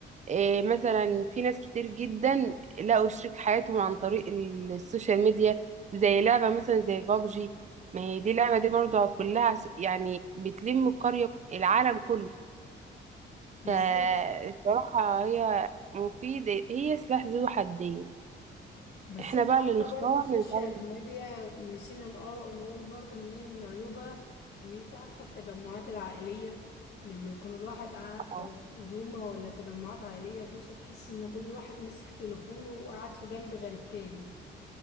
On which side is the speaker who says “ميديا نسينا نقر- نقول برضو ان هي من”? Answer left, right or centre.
Left